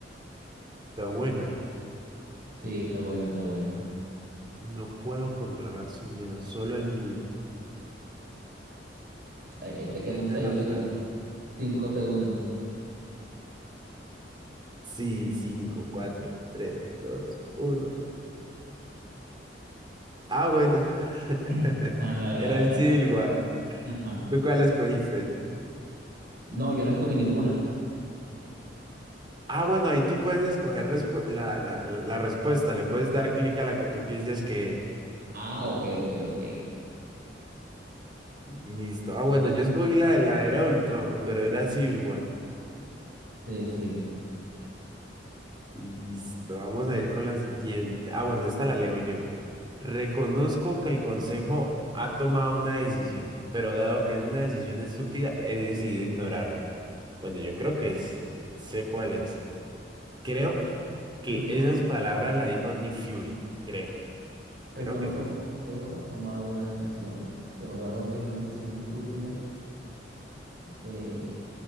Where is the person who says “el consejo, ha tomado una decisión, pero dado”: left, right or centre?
Right